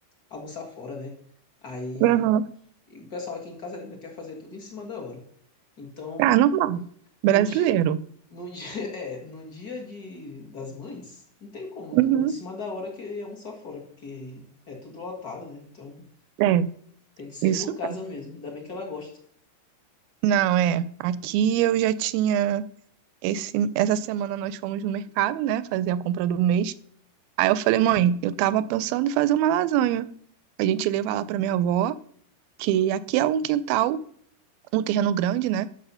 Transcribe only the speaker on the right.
Aham.
Ah, normal. Brasileiro.
Uhum.
É,
isso.
é.
Não, é. Aqui eu já tinha. Esse, essa semana nós fomos no mercado, né? Fazer a compra do mês. Aí eu falei, mãe, eu tava pensando em fazer uma lasanha. A gente levar lá pra minha avó, que aqui é um quintal, um terreno grande, né?